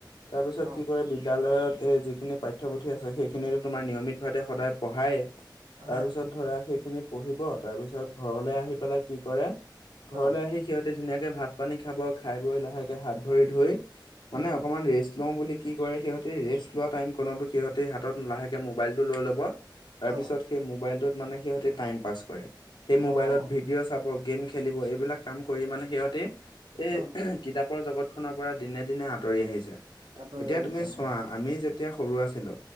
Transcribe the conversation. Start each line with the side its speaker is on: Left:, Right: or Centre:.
Left: তাৰ পিছত
Right: অঁ
Left: কি কৰে বিদ্যালয়ত সেই যি খিনি পাঠ্যপুথি আছে সেইখিনিতো তোমাৰ নিয়মিত ভাৱে সদায় পঢ়ায়ে তাৰ
Right: হয়
Left: পিছত
Right: হয়
Left: ধৰা সেইখিনি পঢ়িব তাৰ পিছত ঘৰলৈ আহি পেলাই কি কৰে ঘৰলে
Right: অঁ
Left: আহি সিহঁতে ধুনীয়াকে ভাত পানী খাব খাই বৈ লাহেকে হাত ধৰি ধুই
Right: উম,
Left: মানে অকনমান ৰেষ্ট লওঁ বুলি কি কৰে সিহঁতে ৰেষ্ট লোৱা টাইম কণতো সিহঁতে হাতত লাহেকে মোবাইল টো লৈ ল'ব তাৰপিছত
Right: অ',
Left: সেই মোবাইলটোত মানে সিহঁতে টাইম পাছ কৰে সেই মোবাইলত
Right: অ',
Left: ভিডিঅ' চাব গেম খেলিব এইবিলাক কাম কৰি মানে সিহঁতে এ
Right: অ',
Left: কিতাপৰ জগতখনৰ পৰা দিনে দিনে আঁতৰি আহিছে
Right: আঁতৰি
Left: এতিয়া
Right: আহিছে
Left: তুমি
Right: হয়।
Left: চোৱা আমি যেতিয়া সৰু আছিলো